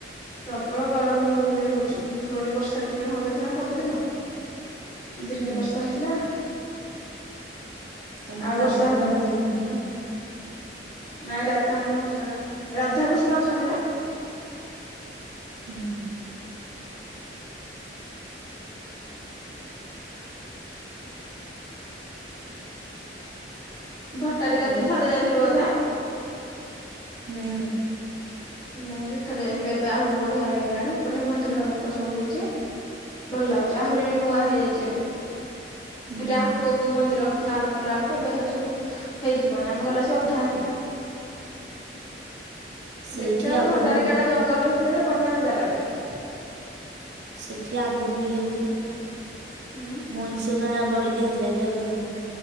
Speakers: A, on the left; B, on the right.
A: ପ୍ରବଳ ଗରମ ଗୁଳୁମୁଳି ହଉଛି ଉପରୁଳି ବର୍ଷା ଟିକେ ହୁଅନ୍ତା ସ ସବୁଦିନ। ଦିନେ
B: ହୁଁ।
A: ବର୍ଷା ହେଇଥିଲା
B: ତମର
A: ଆଉ ବର୍ଷା
B: ରାଧାକାନ୍ଧ
A: ହବାର
B: ମନ୍ଦିର ନାହିଁ ନା?
A: ନାଇଁ ରାଧାକାନ୍ଦ ମନ୍ଦିର ନାହିଁ ରାଧାକୃଷ୍ଣ ଅଛନ୍ତି ନା।
B: ହୁଁ
A: ଭଟାରିକା
B: ଆଉ
A: ତୁ ଥରେ ଯାଇଥିଲୁ ବୋଧେ?
B: ହଁ
A: ମୁଁ ଦୁଇ ଥର ଯାଇଥିଲି ଏବେ ଆହୁରି ବଢିଆ ହେଇଗଲାଣି ଉପରେ ହିଁ ମନ୍ଦିର ସବୁ ହେଇଛି। ଭଲ ଲାଗୁଛି ଆହୁରି ନୂଆ ହେଇଯାଇଛି ଏବେ
B: ହୁଁ।
A: ଆହୁରି କୋଉ କୋଉ ମନ୍ଦିର ହଉଥିଲା ଆମେ ଗଲା ବେଳକୁ ଏବେହେରା ସବୁ ହେଇଯିବନି ଆମେ ଗଲା ସ ଅଧା ହେଇଥିଲା।
B: ସେଇଠି
A: ଦେଖିବାକୁ
B: ଆଗରୁ
A: ଭଟାରିକାଡା ଜଙ୍ଗଲ ଭିତରେ ଏତେଟ ବଢିଆ ଜାଗା ଟେ କିନ୍ତୁ
B: ସେଠି ଆଗରୁ ଇଏ ହଉଥିଲା
A: ହୁଁ
B: ମଇଷ ଗା ବଳି ଦିଆ ହଉଥିଲା ଏବେ ଆଉ ଦିଆ ହଉନି।